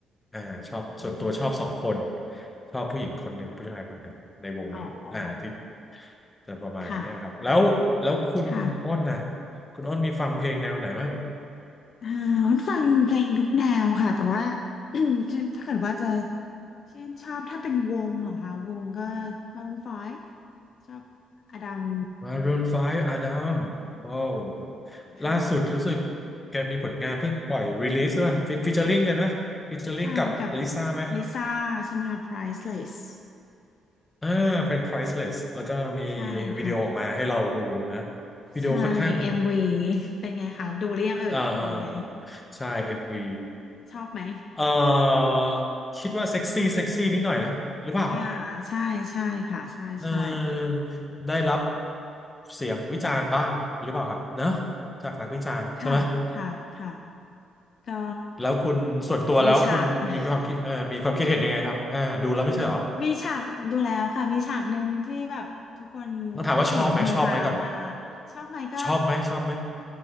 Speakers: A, on the left; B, on the left.
A: อ่าชอบส่วนตัวชอบสองคน
B: อ๋ออ๋อ
A: ชอบผู้หญิงคนหนึ่ง ผู้ชายคนหนึ่ง ในวงนี้อ่าที่
B: อ๋อ
A: จะประมาณนี้ครับ
B: ค่ะ
A: แล้ว แล้วคุณอ้นนะ
B: ค่ะ
A: คุณอ้นมีฟังเพลงแนวไหนบ้าง
B: อ่าวุ้นฟังเพลงทุกแนวค่ะแต่ว่า <coughs> <clears throat> จะถ้าเกิดว่าจะชื่นชอบถ้าเป็นวงเหรอคะวงก็มารูนไฟว์ชอบอดัม
A: Maroon 5 Adam ว้าว
B: ค่ะ
A: ล่าสุดรู้สึกแกมีผลงานเพิ่งปล่อยรีลิสด้วยฟิเจอริงกันนะฟิเจอริงกับลิซ่าไหม
B: ใช่กับลิซ่าใช่ไหมคะ Priceless
A: อ่าเพลง Priceless แล้วก็มี
B: ใช่ค่ะ
A: วิดีโอออกมาให้เราดูนะวิดีโอค่อนข้าง
B: ใช่เอ็มวีเป็นไงคะดูหรือยังเอ่ยเป็นยังไง
A: เอ่อเอ่อใช่ MV
B: ชอบไหม
A: เอ่อคิดว่าเซ็กซี่เซ็กซี่นิดหน่อยนะหรือเปล่า
B: อ่าใช่ใช่ค่ะใช่ใช่
A: เออได้รับเสียงวิจารณ์บ้างหรือเปล่าครับเนอะจากนักวิจารณ์ใช่ไหม
B: ค่ะค่ะค่ะก็
A: แล้วคุณส่วนตัวแล้วคุณมีความคิดเอ่อมีความคิดเห็นยังไงครับอ่าดูแล้วไม่ใช่เหรอ
B: มีฉาก <laughs> มีฉากดูแล้วค่ะมีฉากหนึ่งที่แบบทุกคนพูดถึงฮือฮามากชอบไหมก็
A: ต้องถามว่าชอบไหมชอบไหมก่อนชอบไหมชอบไหม